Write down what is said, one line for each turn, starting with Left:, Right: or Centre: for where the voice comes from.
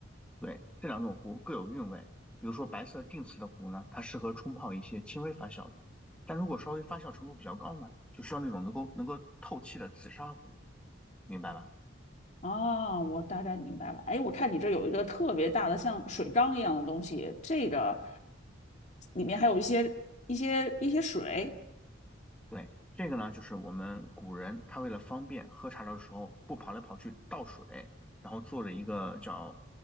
Centre: 对，这两种壶各有韵味。比如说白色定瓷的壶呢，它适合冲泡一些轻微发酵的；但如果稍微发酵程度比较高呢，就需要那种能够能够透气的紫砂壶，明白吧？
Left: 啊，我大概明白了。哎，我看你这有一个特别大的像水缸一样的东西，这个里面还有一些一些一些水。
Centre: 对，这个呢，就是我们古人他为了方便喝茶的时候不跑来跑去倒水，然后做了一个叫